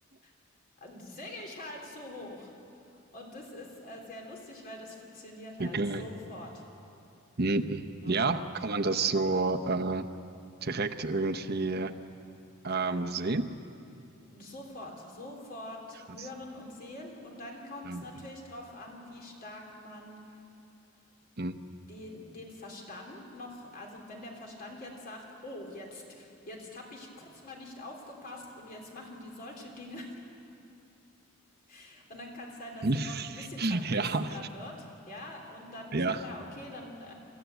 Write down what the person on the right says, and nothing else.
Okay.
Mhm.
Ja, kann man das so äh, direkt irgendwie ähm,
sehen?
Krass.
Ähm,
mhm.
<laughs>
Ja,
ja.